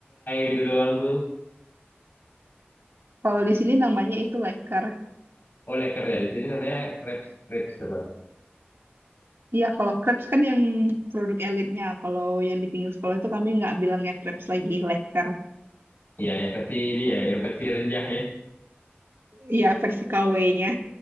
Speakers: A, on the left; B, on the right.
A: gitu doang tuh.
B: Kalau di sini namanya itu leker.
A: Oh, leker ya di sini namanya crepes crepes apa?
B: Iya, kalau crepes kan yang produk elitnya. Kalau yang di pinggir sekolah itu kami nggak bilangnya crepes lagi, leker.
A: Iya, yang versi ini ya, yang versi renyah ya.
B: Iya, versi KW-nya.